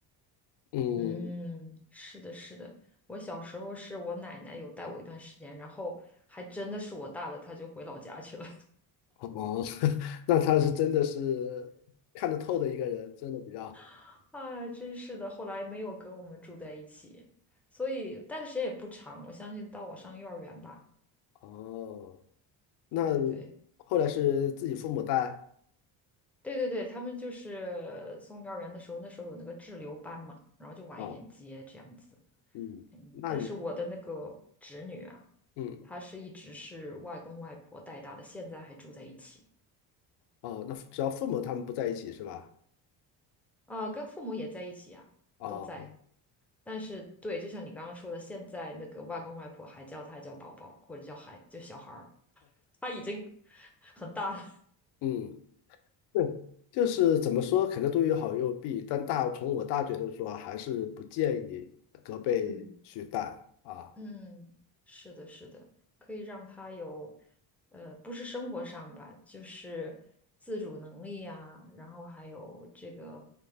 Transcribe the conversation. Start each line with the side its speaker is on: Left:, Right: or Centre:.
Left: 嗯，
Centre: 嗯，是的，是的。我小时候是我奶奶有带我一段时间，然后还真的是我大了，她就回老家去了。
Left: 哦，<laughs> 那他是真的是看得透的一个人，真的比较好，
Centre: <laughs> 哎，真是的，后来没有跟我们住在一起，所以待的时间也不长。我相信到我上幼儿园吧。
Left: 哦。那
Centre: 对对对，
Left: 后来是自己父母带
Centre: 对对对，他们就是送幼儿园的时候，那时候有那个滞留班嘛，然后就晚一点接这样子。
Left: 哦，嗯，
Centre: 嗯，
Left: 那你
Centre: 但是我的那个侄女啊，
Left: 嗯
Centre: 她是一直是外公外婆带大的，现在还住在一起。
Left: 哦，那只要父母他们不在一起是吧？
Centre: 啊，跟父母也在一起呀、
Left: 哦，
Centre: 都在。但是，对，就像你刚刚说的，现在那个外公外婆还叫他叫宝宝，或者叫孩，就小孩儿，他已经 <laughs> 很大了。
Left: 嗯，对，就是怎么说，可能都有好有弊，但大从我大觉得说，还是不建议隔辈去带啊。
Centre: 嗯嗯，是的，是的，可以让他有，呃，不是生活上吧，就是自主能力呀、然后还有这个